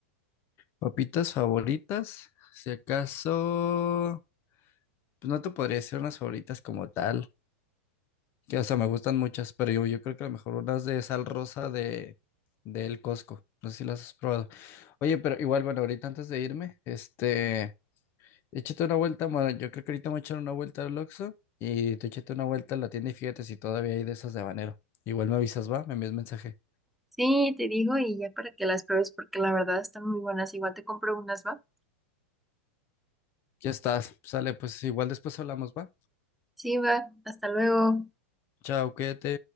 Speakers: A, on the left; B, in the centre.
A: Papitas favoritas, si acaso, pues no te podría decir unas favoritas como tal, que o sea, me gustan muchas, pero yo, yo creo que a lo mejor unas de sal rosa de, de El Costco, no sé si las has probado. Oye, pero igual, bueno, ahorita antes de irme, este, échate una vuelta, bueno, yo creo que ahorita me voy a echar una vuelta al Oxxo y tú échate una vuelta a la tienda y fíjate si todavía hay de esas de habanero. Igual me avisas, va, me envías mensaje.
B: Sí, te digo y ya para que las pruebes, porque la verdad están muy buenas. Igual te compro unas, ¿va?
A: Ya estás, sale, pues igual después hablamos, va.
B: Sí, va, hasta luego.
A: Chao, cuídate.